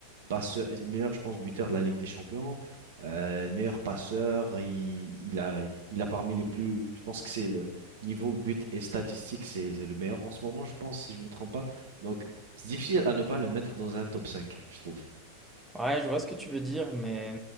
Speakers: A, on the right (about 55°); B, in the centre.
A: passeur, le meilleur, je pense, buteur de la Ligue des Champions euh, meilleur passeur, il, il a, il a parmi les plus, je pense que c'est le niveau but et statistique, c'est, c'est le meilleur en ce moment, je pense, si je me trompe pas. Donc, c'est difficile à ne pas le mettre dans un top 5, je trouve.
B: Ouais, je vois ce que tu veux dire, mais